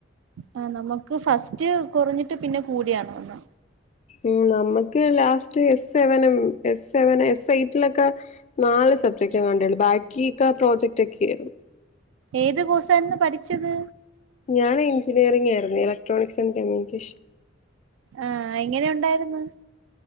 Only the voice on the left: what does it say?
ഉം നമ്മക്ക് ലാസ്റ്റ് എസ് സെവനും എ സെവനും എസ് എയ്റ്റിലൊക്കെ നാല് സബ്ജക്റ്റെകാണ്ടൊള്ളൂ ബാക്കീസക്ക പ്രോജക്റ്റ് ഒക്കെയായിര്ന്നു
ഞാൻ എഞ്ചിനീയറിംഗ് ആയിര്ന്ന് ഇലക്ട്രോണിക്സ്ന്റെ ഇങ്കിഷ്